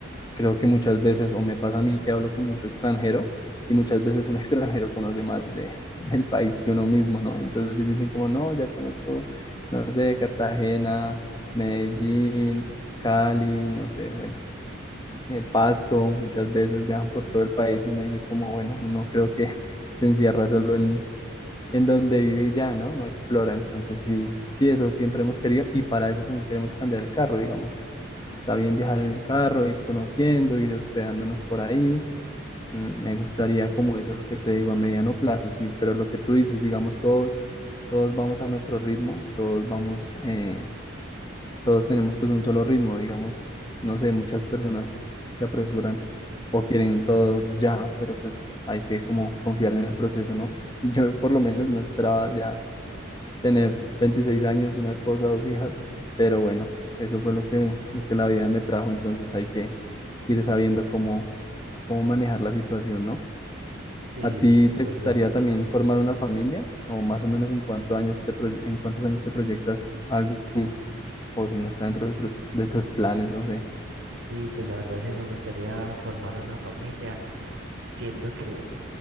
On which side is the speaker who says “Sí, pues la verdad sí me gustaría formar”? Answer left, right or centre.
Right